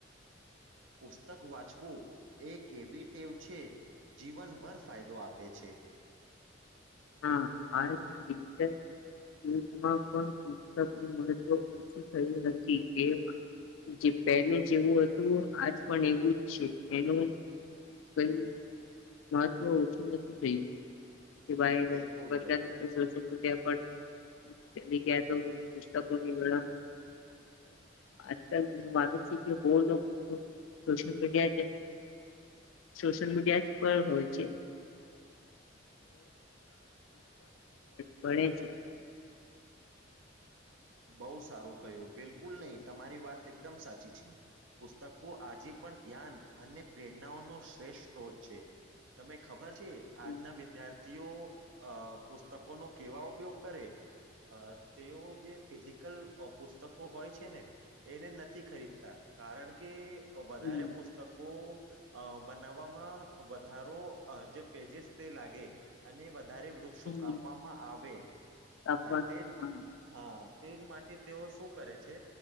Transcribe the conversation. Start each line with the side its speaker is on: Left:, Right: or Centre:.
Right: પુસ્તક વાંચવું એક એવી ટેવ છે જીવનભર ફાયદો આપે છે.
Left: હા હાલના ડિજિટલ યુગમાં પણ પુસ્તકનું મહત્વ ઓછું થયું નથી એ જે પહેલે જેવું હતું આજ પણ એવું જ છે એનું. કઈ મહત્વ ઓછું નથી થયું. કે ભાઈ
Right: બિલકુલ
Left: બધા
Right: નહી
Left: લોકો સોશલ મીડિયા પર. ચલી ક્યા તો પુસ્તકોની <unintelligible> બ આજલ માનું છું કે બહ લોકો સોશિયલ મીડિયા જ સોશિયલ મીડિયા જ. હોય છે <unintelligible> ભણે છે.
Right: બહુ સારું કહ્યું બિલકુલ નહીં તમારી વાત એકદમ સાચી છે પુસ્તકો આજે પણ જ્ઞાન અને પ્રેરણાઓનો શ્રેષ્ઠ સોત છે તમે ખબર. ર છે
Left: હમ
Right: આજના વિદ્યાર્થી. ઓ અ પુસ્તકોનો કેવા ઉપયોગ કરે અ તેઓ જે. ફિઝિકલ પુસ્તકો હોય છે ને એને નથી ખરીદતા કારણ કે. વધારે
Left: હમ
Right: પુસ્તકો. અ બનાવવામાં વધારો અ જે પેજસ તે લાગે અને. વધારે વૃક્ષો
Left: હમ
Right: કાપવામાં આવે
Left: અકોન
Right: તે જ
Left: હા
Right: હા. તેજ માટે તેઓ શું કરે છે